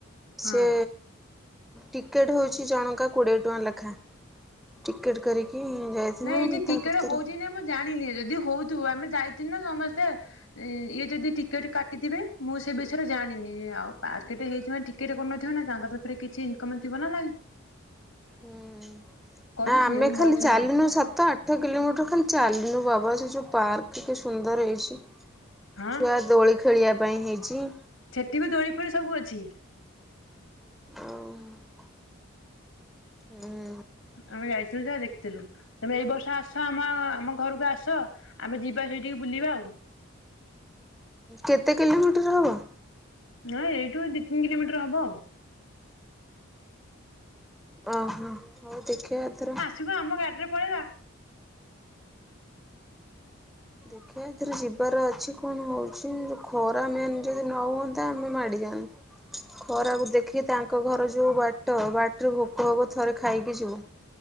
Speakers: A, on the left; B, in the centre.
A: ହଁ।
B: ସେ ଟିକେଟ ହଉଛି ଜଣଙ୍କା କୋଡିଏ ଟଙ୍କା ଲେଖା ଟିକେଟ କରିକି ଯାଇଥିଲୁ
A: ନାଇଁ ଏଇଠି ଟିକେଟ
B: ତା ଭିତରେ
A: ହଉଛି ନାଇଁ ମୁଁ ଜାଣିନି ଯଦି ହଉଥିବୁ ଆମେ ଯାଇଥିଲୁ ନା ସମସ୍ତେ ଇଏ ଯଦି ଟିକେଟ କାଟିଥିବେ ମୁଁ ସେ ବିଷୟରେ ଜାଣିନି ଆଉ ପାର୍କଟେ ହେଇଚି ଟିକେଟ କର ନଥିବେ ନା ତାଙ୍କର ପାଖରେ କିଛି ଇନକମ୍ ଥିବନା ନାଇଁ
B: ହୁଁ
A: କରୁଥିବେ
B: ନା ଆମେ
A: ମୁଁ
B: ଖାଲି
A: ଭଲସେ
B: ଚାଲିନୁ
A: ଜାଣିନି
B: ସାତ ଆ ଆଠ କିଲୋମିଟର ଖାଲି ଚାଲିନୁ ବାବା ସେ ଯୋଉ ପାର୍କ କେତେ ସୁନ୍ଦର ହେଇଛି
A: ହଁ
B: ଛୁଆ ଦୋଳି ଖେଳିବା ପାଇଁ ହେଇଛି
A: ଛେଟି ବି ଦୋଳି ଫୋଳି ସବୁ ଅଛି
B: ଓ <inaudible> ହୁଁ
A: ଆମେ ଯାଇଥିଲୁ ଯା ଦେଖିଥିଲୁ ତମେ ଏଇ ବର୍ଷ ଆସ ଆମ ଆମ ଘରକୁ ଆସ ଆମେ ଯିବା ସେଇଠିକି ବୁଲିବା ଆଉ
B: କେତେ କିଲୋମିଟର ହବ
A: ନାଇଁ ଏଇଠୁ ଦିଇ ତିନି କିଲୋମିଟର ହବ ଆଉ
B: ଆ ହୋ ଓ ଦେଖି ଆ ଏଥର
A: ଥିବ ଆମ ଗାଡ଼ିରେ ପଳେଇବା
B: ଦେଖ <unintelligible> ଆ ଏଥିରେ ଯିବାର ଅଛି କଣ ହେଉଛି ଖରା ମ୍ୟନ୍ ଯଦି ନ ହୁଅନ୍ତା ଆମେ ମାଡ଼ିଯାଆନ୍ତୁ ଖରାକୁ ଦେଖି ତାଙ୍କ ଘର ଯୋଉ ବାଟ ବାଟରେ ଭୋକ ହବ ଥରେ ଖାଇକି ଯିବୁ